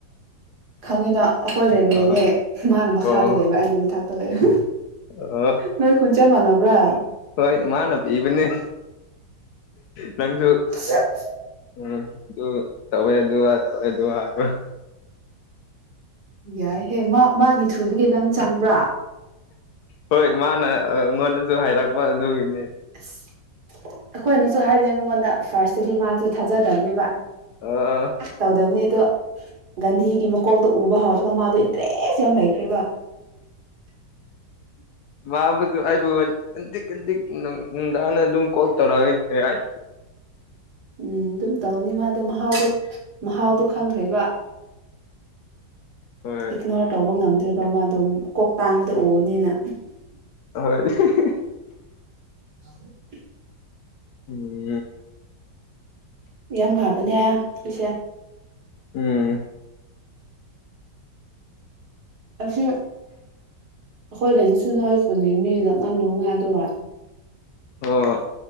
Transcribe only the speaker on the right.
ꯈꯪꯉꯤꯅ ꯑꯩꯈꯣꯏ ꯔꯦꯅꯦꯅꯦ
ꯃꯥꯅ ꯃꯈꯥꯗ
ꯂꯩꯕ ꯑꯩꯅ ꯃꯊꯥꯛꯇ ꯂꯩꯕ
ꯅꯣꯏ ꯈꯨꯟ ꯆꯞ ꯃꯥꯟꯅꯕ꯭ꯔꯥ
ꯌꯥ <unintelligible>
ꯌꯥꯏꯍꯦ ꯃꯥ ꯃꯥꯒꯤ ꯊ꯭ꯔꯨꯗꯒꯤ ꯅꯪ ꯆꯪꯕ꯭ꯔꯥ
ꯑꯁ ꯑꯩꯈꯣꯏꯅꯁꯨ ꯍꯥꯏꯔꯤꯁ ꯃꯉꯣꯟꯗ ꯐꯥꯔꯁ ꯑꯗꯨꯗꯤ ꯃꯥꯁꯨ ꯊꯥꯖꯗꯕꯅꯦꯕ
ꯇꯧꯗꯕꯅꯤ ꯑꯗꯣ ꯒꯟꯙꯤꯒꯤ ꯃꯀꯣꯛꯇꯣ ꯎꯕ ꯍꯧꯔꯒ ꯃꯥꯗꯣ ꯏꯟꯇꯔꯦꯁ ꯌꯥꯝ ꯂꯩꯈ꯭ꯔꯦꯕ
ꯎꯝ ꯑꯗꯨꯝ ꯇꯧꯅꯤ ꯃꯥꯗꯣ ꯃꯍꯥꯎꯗꯣ ꯃꯍꯥꯎꯗꯣ ꯈꯪꯈ꯭ꯔꯦꯕ
ꯏꯛꯅꯣꯔ ꯇꯧꯕ ꯉꯝꯗ꯭ꯔꯤꯕ ꯃꯥꯗꯣ ꯀꯣꯛ ꯇꯥꯡꯕꯗꯣ ꯎꯕꯅꯤꯅ
ꯑ <unintelligible>
ꯌꯥꯝ ꯐꯕꯅꯦ ꯄꯤꯁꯦ
ꯑꯁꯦ ꯑꯩꯈꯣꯏꯗꯅ ꯁꯨ ꯅꯣꯏ ꯈꯨꯨꯜꯒꯤ ꯃꯤꯗꯛ ꯉꯝ ꯂꯧꯅ ꯗꯨꯒ